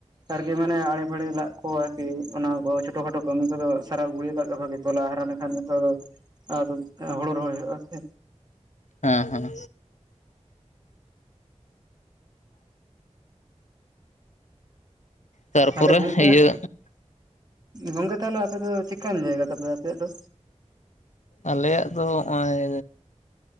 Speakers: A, on the right; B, on the left.
A: ᱟᱨᱠᱤ ᱢᱟᱱᱮ ᱟᱲᱮ ᱯᱷᱟᱲᱮ ᱞᱟᱜ ᱠᱚ ᱟᱨᱠᱤ ᱚᱱᱟ ᱠᱚ ᱪᱷᱴᱳ ᱠᱷᱟᱴᱳ ᱠᱟᱹᱢᱤ ᱠᱚᱫᱚ ᱥᱟᱨᱟᱣ ᱜᱩᱲᱭᱟᱹ ᱠᱟᱜ ᱜᱮ ᱵᱷᱟᱜᱮᱼᱼ ᱛᱚᱞᱟ ᱦᱟᱨᱟ ᱞᱮᱠᱷᱟᱱ ᱜᱮᱛᱚ ᱟᱫᱚ ᱦᱳᱲᱳ ᱨᱚᱦᱚᱭ ᱦᱳᱭᱩᱜ-ᱟ ᱥᱮ?
B: ᱦᱮᱸ-ᱦᱮᱸ ᱛᱟᱨᱯᱚᱨᱮ
A: ᱛᱟᱦᱚᱞᱮ ᱜᱚᱝᱠᱮ
B: ᱤᱭᱟᱹ
A: ᱜᱚᱝᱠᱮ ᱛᱟᱦᱚᱞᱮ ᱟᱯᱮᱭᱟᱜ ᱫᱚ ᱪᱮᱫ ᱠᱟᱱ ᱡᱟᱭᱜᱟ ᱛᱟᱯᱮ ᱟᱯᱮᱭᱟᱜ ᱫᱚ?
B: ᱟᱞᱮᱭᱟᱜ ᱫᱚ ᱱᱚᱜ-ᱚᱭᱼᱼ